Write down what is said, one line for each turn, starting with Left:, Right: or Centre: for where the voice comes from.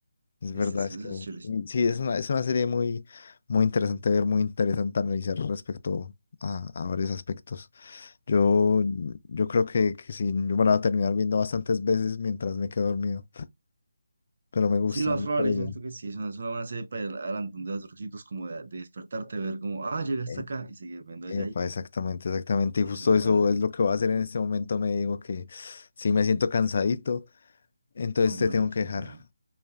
Left: Es
Right: Es,
Left: verdad,
Right: es,
Left: es
Right: eso
Left: que
Right: es chévere.
Left: sí,
Right: sí.
Left: sí, es una, es una serie muy, muy interesante ver, muy interesante analizar respecto a, a varios aspectos. Yo, yo creo que, que sí, yo me la voy a terminar viendo bastantes veces mientras me quedo dormido, pero me gusta,
Right: Sí, lo más
Left: me gusta
Right: probable,
Left: la
Right: yo
Left: idea.
Right: siento que sí, es una, es una buena serie para ir adelante de los sitios, como de, de despertarte, ver como, ah, llegué hasta
Left: Eh,
Right: acá y seguir viendo desde
Left: Epa,
Right: ahí.
Left: exactamente, exactamente. Y
Right: Es
Left: justo
Right: una
Left: eso
Right: buena serie.
Left: es lo que voy a hacer en este momento. Me digo que si me siento cansadito, entonces
Right: Hombre,
Left: te tengo
Right: Malkin,
Left: que dejar.
Right: claro.